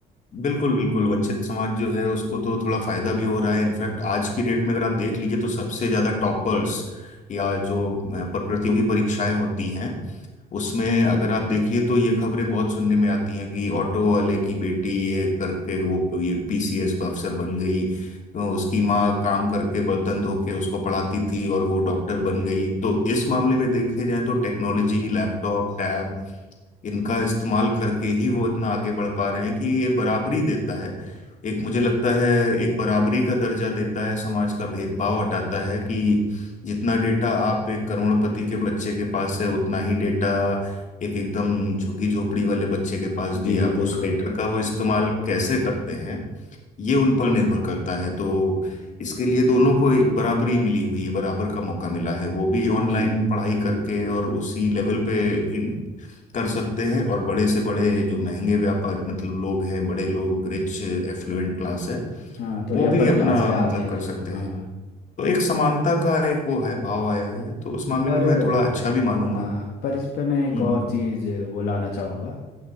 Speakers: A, on the left; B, on the left.
A: बिल्कुल बिल्कुल वंचित समाज जो है उसको तो थोड़ा फायदा भी हो रहा है इनफैक्ट आज की डेट में अगर आप देख लीजिए तो सबसे ज्यादा टॉपर्स या जो अ, प- प्रतियोगी परीक्षाएं होती हैं उसमें अगर आप देखिए तो ये खबरें बहुत सुनने में आती हैं कि ऑटो वाले की बेटी ये करके वो ये पीसीएस अफसर बन गई तो उसकी माँ काम करके बर्तन धो के उसको पढ़ाती थी और वो डॉक्टर बन गई तो इस मामले में देखे जाए तो टेक्नोलॉजी लैपटॉप टैब इनका इस्तेमाल करके ही वो इतना आगे बढ़ पा रहे हैं कि ये बराबरी देता है एक मुझे लगता है एक बराबरी का दर्जा देता है समाज का भेदभाव हटाता है कि जितना डेटा आप एक करोड़पति के बच्चे के पास है उतना ही डेटा एक एकदम झुग्गी झोपड़ी वाले बच्चे के पास भी
B: जी
A: है अब
B: बिल्कुल
A: उस डेटा का वो इस्तेमाल कैसे करते हैं ये उन पर निर्भर करता है तो इसके लिए दोनों को बराबरी मिली हुई है बराबर का मौका मिला है वो भी ऑनलाइन
B: जी
A: पढ़ाई करके और उसी लेवल पे इन, कर सकते हैं और बड़े से बड़े जो महंगे व्यापार मतलब लोग हैं बड़े लोग रिच एफ्लुएंट क्लास है
B: हाँ थोड़ी
A: वो
B: अपर
A: भी अपना
B: क्लास पे आते
A: मतलब
B: हैं
A: कर
B: जो
A: सकते
B: लोग हाँ
A: हैं तो एक समानता का एक वो है भाव आया है तो उस मामले
B: पर
A: में मैं थोड़ा अच्छा भी मानूंगा
B: हाँ पर इस पे मैं एक
A: हम्म
B: और चीज़ वो लाना चाहूँगा